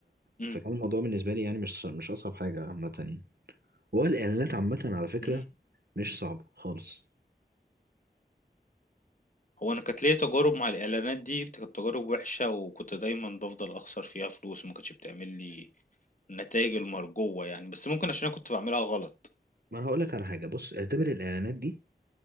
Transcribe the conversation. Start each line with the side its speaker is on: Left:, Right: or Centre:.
Left: امم
Right: فكان الموضوع بالنسبه لي يعني مش مش اصعب حاجه عامه يعني هو الاعلانات عامه على فكره
Left: امم
Right: مش صعبه خالص
Left: هو انا كانت ليا تجارب مع الاعلانات دي كانت تجارب وحشه وكنت دايما بفضل اخسر فيها فلوس وما كانتش بتعمل لي النتائج المرجوه يعني بس ممكن عشان انا كنت بعملها غلط
Right: ما انا هقول لك على حاجه بص اعتبر الاعلانات دي